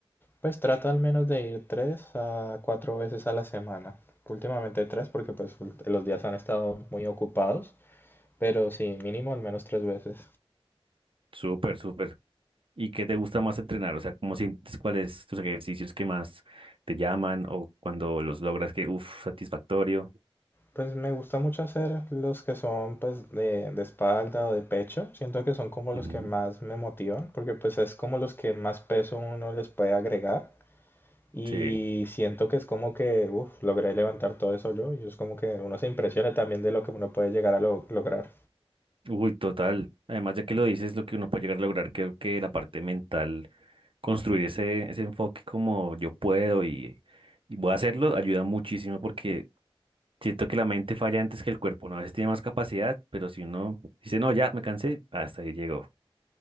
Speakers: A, on the left; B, on the right.
A: Pues trato al menos de ir tres a cuatro veces a la semana. Últimamente tres porque pues ul- los días han estado muy ocupados Pero sí, mínimo al menos tres veces.
B: Súper, súper. ¿Y qué te gusta más entrenar? O sea, ¿cómo sientes cuáles tus ejercicios que más te llaman o cuando los logras que, uff, satisfactorio?
A: Pues me gusta mucho hacer los que son pues de, de espalda o de pecho. Siento que son como los
B: Ujú,
A: que más me motivan porque pues es como los que más peso uno les puede agregar. Y
B: Sí,
A: siento que es como que, uff, logré levantar todo eso yo. Y es como que uno se impresiona también de lo que uno puede llegar a lo- lograr.
B: uy, total. Además, ya que lo dices, lo que uno puede llegar a lograr, creo que la parte mental construir ese, ese enfoque como yo puedo y, y voy a hacerlo, ayuda muchísimo porque siento que la mente falla antes que el cuerpo, ¿no? A veces tiene más capacidad, pero si uno dice, no, ya me cansé, hasta ahí llegó.